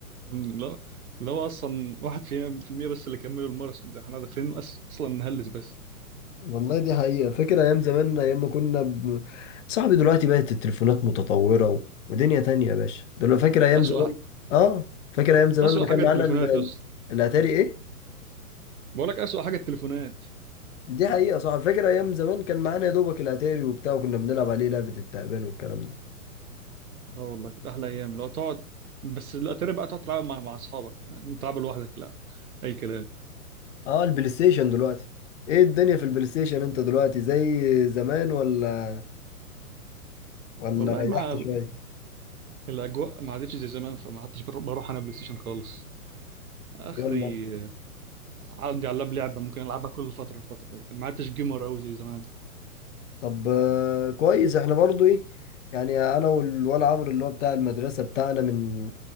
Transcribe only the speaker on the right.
أمم، لا لا هو اصلا واحد في في المية بس اللي كملوا الماراثون ده احنا داخلين أس... اصلا نهلس بس
اسوأ
ح-
اسوأ
حاجه
التليفونات
يا اسطى
بقول لك اسوأ حاجه التليفونات
اه والله كانت احلى ايام لو تقعد بس الاتاري بقى تقعد تلعب مع مع اصحابك يعني تلعب لوحدك لا اي كلام
والله
مع
الاجواء ما عادتش زي زمان فما عدتش بر- بروح انا بلاي ستيشن خالص اخري
آه، عندي على اللاب لعبه ممكن العبها كل فتره وفتره لكن ما عدتش جيمر قوي زي زمان